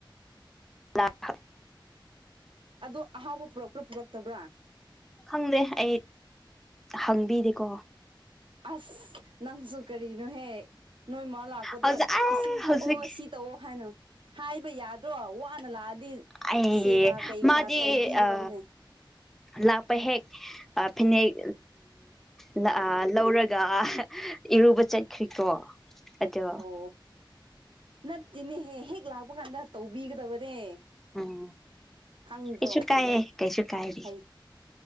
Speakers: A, in the centre; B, on the right.
A: ꯂꯛ ꯍ
B: ꯑꯗꯣ ꯑꯍꯥꯎꯕ ꯄꯨꯔꯛꯄ꯭ꯔꯥ ꯄꯨꯔꯛꯇꯕ꯭ꯔꯥ?
A: ꯈꯪꯗꯦ ꯑꯩ ꯍꯪꯕꯤꯗꯦꯀꯣ꯫
B: ꯑꯁ ꯅꯪꯁꯨ ꯀꯔꯤꯅꯣꯍꯦ ꯅꯣꯏ ꯃꯥ ꯂꯥꯛꯄꯗ
A: ꯍꯧꯖꯤꯛ ꯑꯩ
B: ꯏꯁꯤꯡ ꯊꯛꯑꯣ
A: ꯍꯧꯖꯤꯛ
B: ꯁꯤ ꯇꯧꯑꯣ ꯍꯥꯏꯅ ꯍꯥꯏꯕ ꯌꯥꯗ ꯅꯠꯇ꯭ꯔꯣ ꯋꯥꯅ ꯂꯥꯛꯑꯗꯤ
A: ꯑꯩ
B: ꯁꯦꯕꯥ ꯀꯩꯀꯥ
A: ꯃꯥꯗꯤ
B: ꯇꯧꯕꯤꯒꯗꯕꯅꯦ꯫
A: ꯑ ꯂꯥꯛꯄ ꯍꯦꯛ ꯐꯅꯦꯛ ꯎꯝ ꯑ ꯂꯧꯔꯒ ꯏꯔꯨꯕ ꯆꯠꯈ꯭ꯔꯤꯀꯣ꯫ ꯑꯗꯣ
B: ꯑꯣ ꯅꯠꯇꯤꯅꯦꯍꯦ ꯍꯦꯛ ꯂꯥꯛꯄ ꯀꯥꯟꯗ ꯇꯧꯕꯤꯒꯗꯕꯅꯦ꯫
A: ꯎꯝ
B: ꯈꯪꯗ꯭ꯔꯣ
A: ꯏꯁꯨꯨ ꯀꯥꯏ ꯀꯩꯁꯨ ꯀꯥꯏꯗꯦ꯫
B: ꯍꯩ